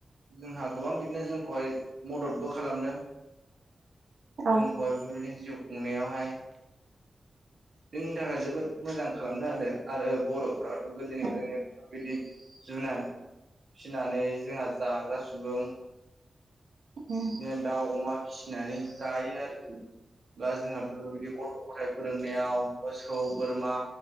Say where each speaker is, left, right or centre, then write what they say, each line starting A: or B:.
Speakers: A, on the right (about 45°); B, on the right (about 65°).
A: जोंहा गोबां बिदिनो जोंखौहाय मददबो खालामदों
B: औ
A: जोंखौहाय बेफोरबायदिनो जिउ खुंनायावहाय जोंनि थाखाय जोबोद मोजां खालामना होदो आरो बर'फोराथ' गोदोनिफ्रायनो
B: उम
A: बिदि जुनाद फिनानै जोंहा जाग्रा सुबुं
B: उम
A: बिदिनो दाउ अमा फिसिनानै जायो आरोखि बा जोंहा बेफोरबायदि गथ' गथाइ फोरोंनायाव मोसौ बोरमा